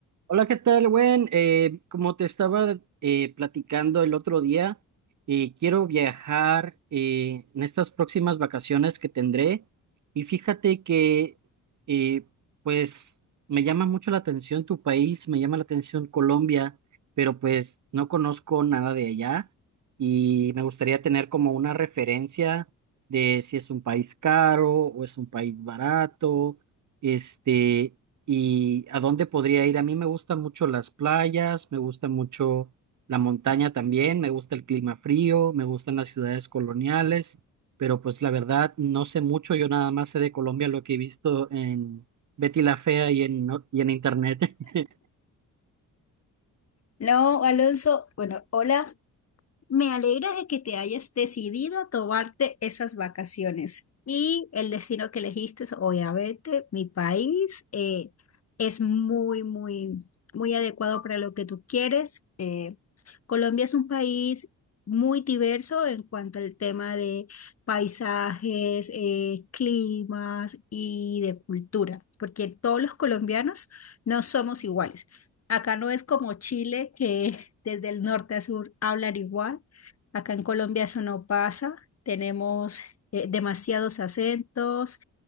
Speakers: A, on the right (about 60°); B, on the left (about 45°).
A: Hola, ¿qué tal, Gwen? Eh, como te estaba eh, platicando el otro día, eh, quiero viajar eh, en estas próximas vacaciones que tendré y fíjate que eh, pues me llama mucho la atención tu país, me llama la atención Colombia, pero pues no conozco nada de allá y me gustaría tener como una referencia de si es un país caro o es un país barato. Este, y a dónde podría ir. A mí me gustan mucho las playas, me gusta mucho la montaña también, me gusta el clima frío, me gustan las ciudades coloniales, pero pues la verdad no sé mucho, yo nada más sé de Colombia lo que he visto en Betty la Fea y en, no- y en internet. <laughs>
B: No, Alonso, bueno, hola, me alegra de que te hayas decidido a tomarte esas vacaciones. Y el destino que elegiste es obviamente mi país, eh, es muy, muy, muy adecuado para lo que tú quieres. Eh, Colombia es un país muy diverso en cuanto al tema de paisajes, eh, climas y de cultura, porque todos los colombianos no somos iguales. Acá no es como Chile, que <laughs> desde el norte a sur hablan igual. Acá en Colombia eso no pasa. Tenemos eh, demasiados acentos,